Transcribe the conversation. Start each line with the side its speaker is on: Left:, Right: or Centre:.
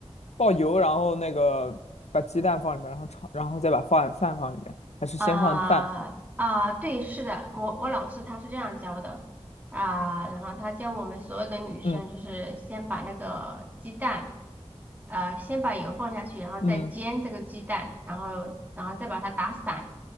Left: 爆油，然后那个把鸡蛋放里面，然后炒，然后再把饭饭放里面，还是先放饭？
Right: 啊啊，对，是的，我我老师他是这样教的啊，然后他教我们所有的女生就是先把那个鸡蛋，
Left: 嗯
Right: 呃，先把油放下去，然后再煎这个鸡蛋，
Left: 嗯
Right: 然后然后再把它打散，